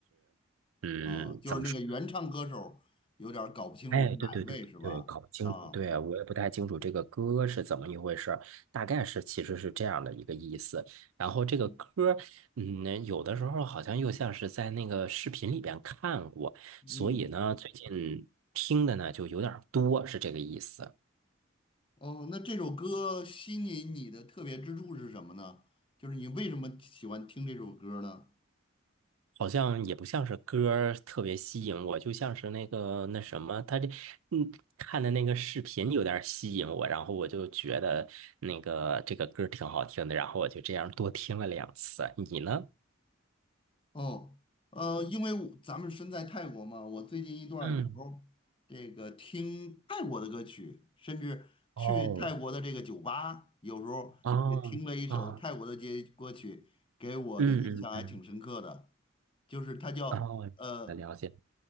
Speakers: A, on the left; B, on the right.
A: <laughs>
B: 嗯，
A: 啊，就是那个原唱歌手，
B: 怎么说？
A: 有点儿搞不清楚是哪一位是吧？
B: 哎，对对对对对，搞不清楚。
A: 啊，
B: 对啊，我也不太清楚这个歌是怎么一回事儿，大概是其实是这样的一个意思。然后这个歌，
A: 嗯
B: 嗯，有的时候好像又像是在那个视频里边看过，
A: 嗯，
B: 所以呢，最近听的呢就有点儿多，是这个意思。
A: 哦，那这首歌吸引你的特别之处是什么呢？就是你为什么喜欢听这首歌呢？
B: 好像也不像是歌儿特别吸引我，就像是那个那什么，他这嗯看的那个视频有点儿吸引我，然后我就觉得那个这个歌儿挺好听的，然后我就这样多听了两次。你呢？
A: 哦，呃，因为我咱们身在泰国嘛，我最近一段儿有时候这个听泰国的歌曲，
B: 嗯，
A: 甚至去泰国的这个酒吧，
B: 哦，
A: 有时候也听了一首泰国的街歌曲，
B: 哦，啊，
A: 给我的印象还挺深刻的，
B: 嗯嗯嗯，
A: 就是它叫呃，
B: 哦，那了解。